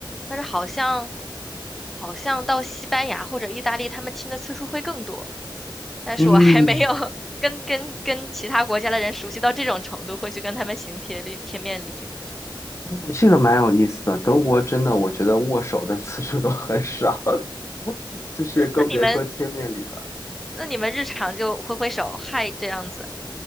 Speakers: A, in the centre; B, on the left.
A: 但是好像好像到西班牙或者意大利，他们亲的次数会更多。但是我还没有
B: 嗯，
A: <laughs> 跟跟跟其他国家的人熟悉到这种程度，会去跟他们行贴力贴面礼。
B: 哦，这个蛮有意思的。德国真的，我觉得握手的次数都很少。<laughs> 就是更别说贴面礼了。
A: 那你们那你们日常就挥挥手嗨这样子，